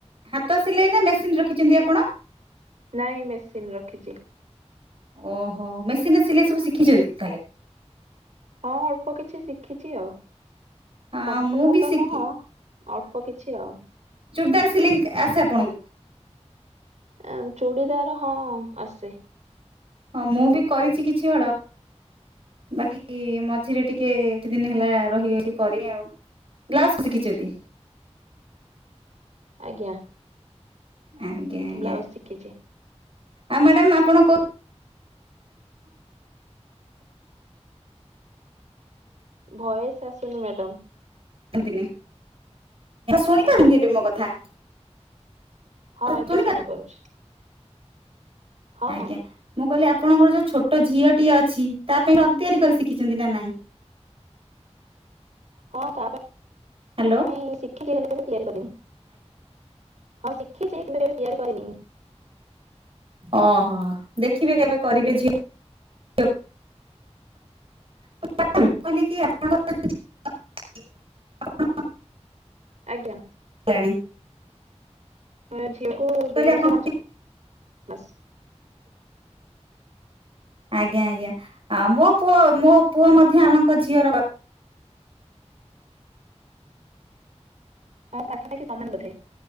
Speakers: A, on the right; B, on the right.
A: ହାତ ସିଲେଇ ନା ମେସିନ ରଖିଛନ୍ତି ଆପଣ?
B: ନାଇଁ ମେସିନ ରଖିଚି।
A: ଓହୋ ମେସିନରେ ସିଲେଇ ସବୁ ଶିଖିଚନ୍ତି ତାହେଲେ।
B: ହଁ ଅଳ୍ପ କିଛି ଶିଖିଚି ଆଉ।
A: ହଁ
B: ସମ୍ପୂର୍ଣ୍ଣ
A: ମୁଁ ବି
B: ତ
A: ଶିଖି
B: ନୁହଁ ଅଳ୍ପ କିଛି ଆଉ।
A: ଚୁର୍ଦାର ସିଲେଇ ଆସେ ଆପଣଙ୍କୁ?
B: ଅଁ ଚୁଡ଼ିଦାର ହଁ ଆସେ।
A: ହଁ ମୁଁ ବି କରିଚି କିଛି ହଳ ବାକି ମଝିରେ ଟିକେ ଏଠି ଦିନି ହେଲା ରହିଗଲି କରି ଆଉ। <unintelligible> ଶିଖିଚନ୍ତି?
B: ଆଜ୍ଞା।
A: ଆଜ୍ଞା ଆଜ୍ଞା
B: ବ୍ଲାଉଜ ଶିଖିଚି।
A: ଆଉ ମାଡାମ ଆପଣ କ
B: ଭୟେସ ଆସୁନି ମ୍ୟାଡ଼ମ।
A: ଏନ୍ତିନି ଶୁଣିପାରନ୍ତି
B: ଆଜ୍ଞା
A: ଏବେ ମୋ କଥା?
B: ହଁ ଏବେ
A: ଶୁଣିପାର
B: ଶୁଣିପାରୁଛି। ହଁ
A: ଆଜ୍ଞା
B: ହଁ।
A: ମୁଁ କହିଲି ଆ ଆପଣଙ୍କର ଯୋଉ ଛୋଟ ଝିଅଟିଏ ଅଛି ତା ପାଇଁ ଫ୍ରକ ତିଆରି କରି ଶିଖିଚନ୍ତି ନାଁ ନାଇଁ?
B: ହଁ ତାପା
A: ହ୍ୟାଲୋ
B: ପାଇଁ ଶିଖିଚି ହେଲେ କେବେ ତିଆରି କରିନି। ହଁ ଶି ଖିଚି କିନ୍ତୁ କେବେ ତିଆରି କରିନି।
A: ଅହ ଦେଖିବେ କେବେ କରିବେ ଝିଅ ଅ <inaudible> ମୁଁ କହିଲି କି ଆପଣଙ୍କ <inaudible>
B: ଆଜ୍ଞା।
A: ଆଣି
B: ଅଁ ଝିଅକୁ ଦୁଇ ବର୍ଷ
A: ଆପଣ
B: ପାଞ୍ଚ ମାସ।
A: ଆଜ୍ଞା ଆଜ୍ଞା ଆ ମୋ ପୁଅ ମୋ ପୁଅ ମଧ୍ୟ ଆପଣଙ୍କ ଝିଅର ବା
B: ହଁ ପାଖାପାଖି ସମାନ ବୋଧେ।